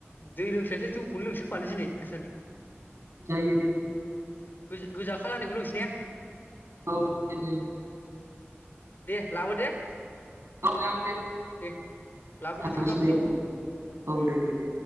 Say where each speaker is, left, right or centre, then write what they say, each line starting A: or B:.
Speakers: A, on the left; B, on the right.
A: दै लोंस्लायस्लाय जौखौनो लोंनोसै खोमालै दिनै आसोल
B: जायो दे।
A: गो-गोजा खालारनिखौ लोंसै ने
B: औ जायो।
A: दे लाबो दे
B: औ जागोन दे
A: दे लाबोदो
B: थांगांगासिनो
A: थाब लाबोदो
B: दे औ
A: उम
B: औ दे दे दे।